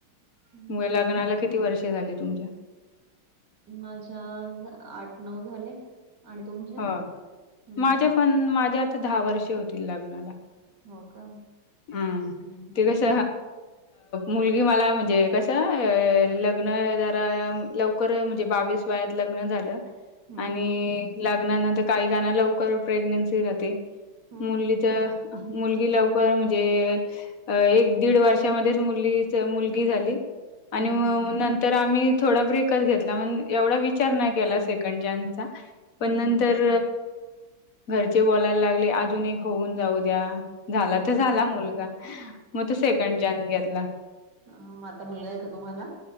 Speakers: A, on the right (about 55°); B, on the left (about 45°).
A: हम्म.
B: म लग्नाला किती वर्षे झाली तुमच्या?
A: माझ्या आठ नऊ झाले. आणि तुमच्या?
B: हो
A: हं.
B: माझे पण माझ्या आता दहा वर्ष होतील लग्नाला.
A: हो का?
B: हम्म
A: हं, हं, हं.
B: ते कस मुलगी मला म्हणजे कस लग्न जरा लव कर म्हणजे बावीस वयात लग्न झाल.
A: हं,
B: आणि
A: हं, हं.
B: लग्नानंतर काही जणांना लवकर प्रेग्नेन्सी राहते.
A: हं,
B: मुलीच तर मुलगी लवकर म्हणजे अ एक दीड वर्षामध्येच मुलीच मुलगी झाली आणि
A: हं, हं.
B: नंतर तर आम्ही थोडा ब्रेकच घेतला म्हण एवढा विचार नाही केला सेकंड चान्सचा. पण
A: हं,
B: नंतर
A: हं, हं.
B: घरचे बोलायला लागले अजून एक होऊन जाऊ द्या. झाला
A: हं, हं, हं. हं,
B: तर
A: हं.
B: झाला मुलगा मग तो सेकंड चान्स घेतला.
A: हं म आताा मुलगा आहे का तुम्हाला?